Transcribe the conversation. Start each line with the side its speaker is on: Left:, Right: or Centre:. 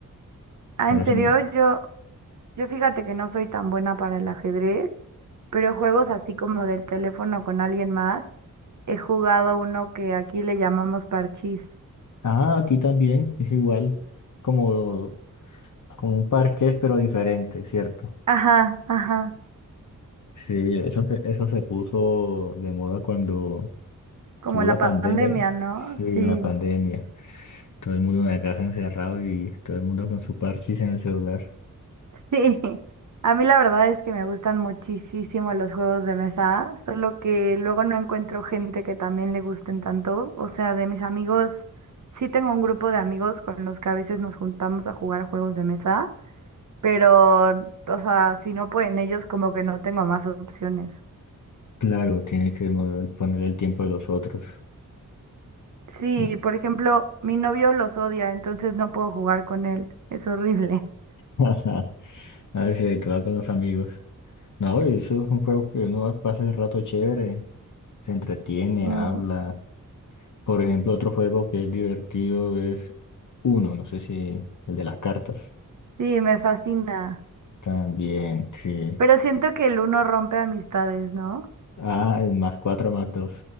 Right: Ah,
Left: Parece
Right: en serio,
Left: un-
Right: yo, yo fíjate que no soy tan buena para el ajedrez, pero juegos así como del teléfono con alguien más, he jugado uno que aquí le llamamos parchís.
Left: Ah, aquí también es igual, como, como un parqués, pero diferente, ¿cierto?
Right: Ajá, ajá.
Left: Sí, eso se, eso se puso de moda cuando
Right: Como
Left: tuvo
Right: la
Left: la
Right: pandemia,
Left: pandemia.
Right: ¿no?
Left: Sí,
Right: Sí,
Left: en la pandemia. Todo el mundo en la casa encerrado y todo el mundo con su parchís en el celular.
Right: sí. <laughs> A mí la verdad es que me gustan muchísimo los juegos de mesa, solo que luego no encuentro gente que también le gusten tanto. O sea, de mis amigos, sí tengo un grupo de amigos con los que a veces nos juntamos a jugar juegos de mesa, pero, o sea, si no pueden ellos, como que no tengo más opciones.
Left: Claro, tiene que mo- poner el tiempo de los otros.
Right: Sí,
Left: <laughs>
Right: por ejemplo, mi novio los odia, entonces no puedo jugar con él. Es horrible. <laughs>
Left: Ajá, A ver si ahí te va con los amigos. No, y eso es un juego que uno pasa el rato chévere, se entretiene,
Right: Mm,
Left: habla. Por ejemplo, otro juego que es divertido es Uno, no sé si el de las cartas.
Right: Sí, me fascina.
Left: También, sí.
Right: Pero siento que el uno rompe amistades, ¿no?
Left: Ah, el más cuatro más dos.